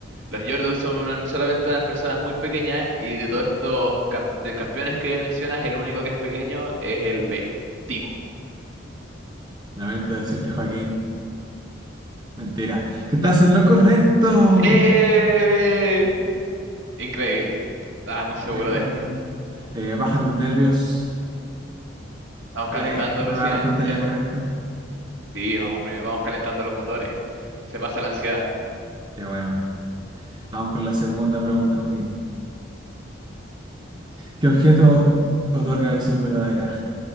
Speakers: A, on the right (about 70°); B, on the right (about 20°).
A: los Yordles son solamente unas personas muy pequeñas y de todos estos cam- de campeones que mencionas, el único que es pequeño es el B, Timo.
B: Lamento decirte, Joaquín, mentira, que estás en lo correcto.
A: ¡Eh! Increíble. Estaba muy seguro
B: Bien, Joaquín,
A: de esto.
B: eh, bajan los nervios
A: Estamos
B: ya
A: calentando
B: que- con
A: recién.
B: una respuesta
A: <laughs>
B: ya correcta.
A: Sí, vamos, primero, vamos calentando los motores. Se pasa la ansiedad.
B: Ya bueno, vamos con la segunda pregunta, Joaquín. ¿Qué objeto otorga visión verdadera?